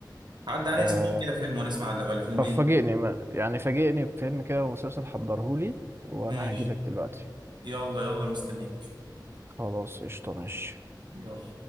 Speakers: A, on the right; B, on the right.
A: عدى عليا
B: آه
A: سمع كده فيلم ونسمع ولا ولا فيلمين
B: طب فاجئني
A: كده
B: ما- يعني فاجئني بفيلم كده ومسلسل حضرهولي وانا
A: ماشي
B: هجيلك دلوقتي
A: يلا يلا مستنيك
B: خلاص قشطة ماشي
A: يلا